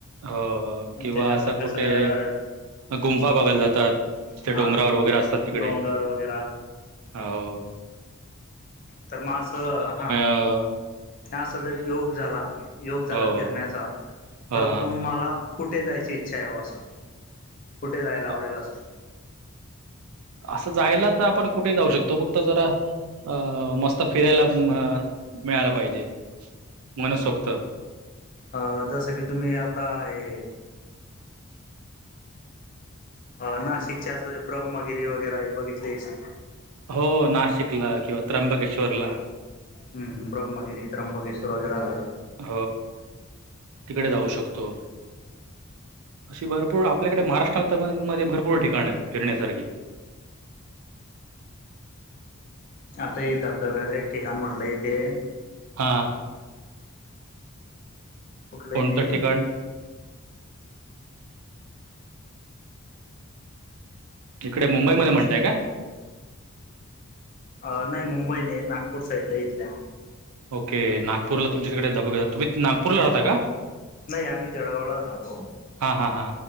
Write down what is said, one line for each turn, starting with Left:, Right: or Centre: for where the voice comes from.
Right: हो किंवा
Left: त्याच्यानंतर
Right: असं कुठे?
Left: कसं का
Right: गुंफा बघायला जातात ते
Left: हा
Right: डंगरावर वगैरे असतात. तिकडे
Left: डोंगर वगैरे.
Right: हो.
Left: तर म आस हा.
Right: हा ह.
Left: असा जर योग झाला योग झाला
Right: हो
Left: फिरण्याचा.
Right: हो,
Left: तर
Right: हां
Left: तुम्हाला कुठे जायची इच्छा आहेव असं कुठे जायला
Right: अ,
Left: आवडेल असं.
Right: असं जायला तर आपण कुठे जाऊ शकतो फक्त जरा अ मस्त फिरायला अ मिळाला पाहिजे मन सोक्त.
Left: अ जस की तुम्ही आता हे. अ नाशिकचे असं ब्रह्मगिरी वगैरे हे बघितलेस.
Right: हो नाशिकला किंवा त्र्यंबकेश्वरला.
Left: हम् ब्रह्मगिरी त्र्यमगेश्वर वगैरे झालं.
Right: अ तिकडे जाऊ शकतो. अशी भरपूर आपल्याकडे महाराष्ट्रा मध्ये भरपूर ठिकाण आहेत फिरण्यासारखी.
Left: आता हे धबधब्याचे ठिकाण म्हटलंय इथ्ये.
Right: हां.
Left: कुठलं
Right: कोणतं
Left: आहे ते.
Right: ठिकाण इकडे
Left: नाव
Right: मुंबईमध्येध्ये
Left: लक्षात
Right: म्हणताय का.
Left: अ नाही मुंबई नाही नागपूर साईडला इथल्या.
Right: ओके नागपूरला तुमच्याकडे धब तुम्ही नागपूरला राहता का.
Left: नाही आम्ही जळगावलाच राहतो.
Right: हा हा हा